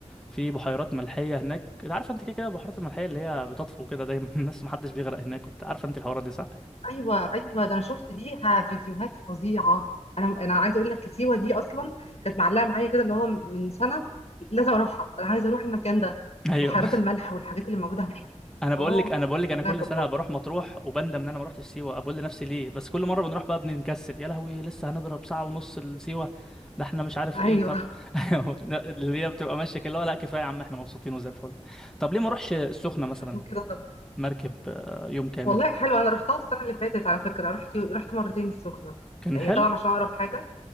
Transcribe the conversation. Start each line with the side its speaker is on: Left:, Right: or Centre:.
Centre: في بحيرات ملحية هناك انت عارفه انت كده كده البحيرات الملحية اللي هي بتطفو كده دايما <laughs> الناس محدش بيغرق هناك وبتاع عارفه انت الحوارات دي صح؟
Left: ايوه ايوه ده انا شفت ليها فيديوهات فظيعة انا انا عايزة اقول لك سيوة دي اصلا كانت معلقة معايا كده اللي هو من سنة لازم اروحها انا عايزة اروح المكان ده
Centre: <laughs> ايوه
Left: بحيرات الملح والحاجات اللي موجودة هناك
Centre: انا بقول
Left: اه
Centre: لك انا بقول لك
Left: شكلها
Centre: انا كل
Left: جبارة
Centre: سنه بروح مطروح وبندم ان انا ما رحتش سيوه بقول لنفسي ليه بس كل مره بنروح بقى بنكسل يا لهوي لسه هنضرب ساعه ونص لسيوه ده احنا مش عارف
Left: ايوه
Centre: ايه طب <laughs> اللي هي بتبقى ماشيه كده اللي هو لا كفايه يا عم احنا مبسوطين وزي الفل طب ليه ما اروحش السخنه مثلا
Left: <laughs> كده طب
Centre: مركب آه، يوم كامل
Left: والله حلوة انا رحتها السنة اللي فاتت على فكرة رحت رحت مرتين السخنة
Centre: كان
Left: هي
Centre: حلو
Left: طبعا عشان اقرب حاجة